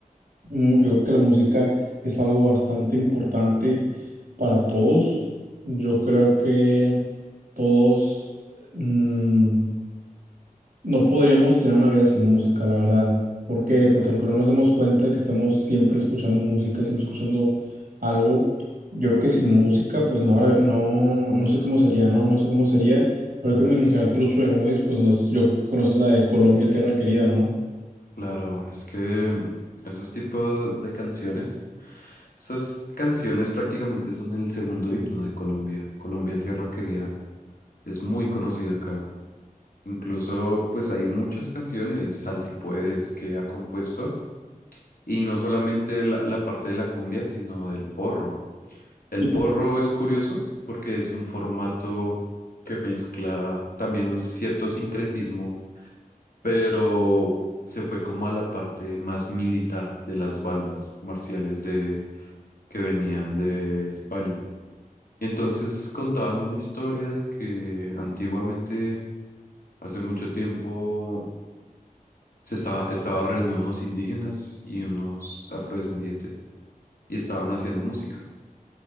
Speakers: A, on the right; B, on the left.
A: Mu- Yo creo que la música es algo bastante importante para todos. Yo creo que todos mm, no podríamos tener una vida sin música, la verdad. ¿Por qué? Porque aunque no nos demos cuenta de que estamos siempre escuchando música, siempre escuchando algo, yo creo que sin música, pues no, habrá- no, no sé cómo sería, ¿no? No sé cómo sería. Ahorita me mencionaste Lucho Bermúdez, pues no, sé, yo creo que conoces la de Colombia, Tierra Querida, ¿no?
B: Claro, es que mm, esos tipos de canciones, esas canciones prácticamente son el segundo himno de Colombia. Colombia, tierra querida Es muy conocida acá. Incluso, pues hay muchas canciones, Sal si puedes, que ha compuesto. Y no solamente la, la parte de la cumbia, sino del porro. El
A: Y pues,
B: porro es curioso porque es un formato que mezcla también un cierto sincretismo, pero se fue como a la parte más militar de las bandas marciales de, que venían de España. Y entonces contaban una historia de que antiguamente, hace mucho tiempo, se estaba, estaba reunido unos indígenas y unos afrodescendientes y estaban haciendo música.